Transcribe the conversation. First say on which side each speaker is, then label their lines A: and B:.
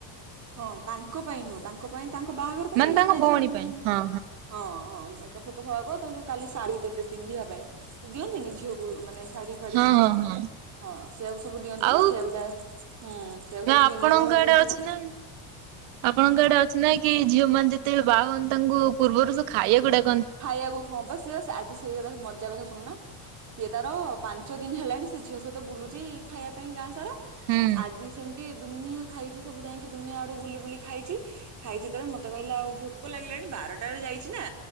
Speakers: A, on the right; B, on the right.
A: ହଁ ତାଙ୍କ ପାଇଁ ନୁହଁ ତାଙ୍କ ପାଇଁ ତାଙ୍କ ବାହାଘର ପାଇଁ
B: ମାନେ
A: ଏ
B: ତାଙ୍କ
A: ସବୁ ଯାଇଥିଲା
B: ଭଉଣୀ
A: ମାନେ
B: ପାଇଁ ହଁ
A: ହଁ ହଁ ମେକପ ଫେକପ ହେବାକୁ ତା ଯଉ କାଲି ଶାଢ଼ୀ ଦେବେ ପିନ୍ଧିବା ପାଇଁ ଦିଅନ୍ତିନି ଝିଅକୁ ମାନେ ଶାଢ଼ୀ ଫାଢ଼ୀ
B: ହଁ ହଁ ହଁ
A: ହଁ ସେଆକୁ ସବୁ ଦିଅନ୍ତି
B: ଆଉ
A: ନା ସେ ଗୁଡା ହୁଁ ସେଆକୁ
B: ନା
A: ସବୁ
B: ଆପଣଙ୍କ
A: କିଣିବା ପାଇଁ
B: ଆଡେ
A: ଯାଇଥିଲେ।
B: ଅଛି ନା ଆପଣଙ୍କ ଆଡେ ଅଛି ନାଇ କି ଝିଅ ମାନେ ଯେତେବେଳେ ବାହା ହୁଅନ୍ତି ତାଙ୍କୁ ପୂର୍ବରୁ ଯୁ ଖାଇବା କୁ ଡାକ-
A: ଖାଇବାକୁ ହଁ ବା ସେ ଆଜି ସେଇ କଥା ତା କଥା ଶୁଣୁନ ସିଏ ତାର ପାଞ୍ଚ ଦିନ ହେଲାଣି ସେ ଝିଅ ସହିତ ବୁଲୁଛି ଖାଇବା ପାଇଁ ଗାଁ ସାରା।
B: ହୁଁ
A: ଆଜି ସେମିତି ଦୁନିଆ ଖାଇଛି ସବୁ ଯାଇକି ଦୁନିଆ ଆଡୁ ବୁଲି ବୁଲି ଖାଇଛି ଖାଇଛି ଯେତେବେଳେ ମତେ କହିଲା ଆଉ ଭୋକ ଲାଗିଲାଣି ବାରଟା ବେଳେ ଯାଇଛି ନା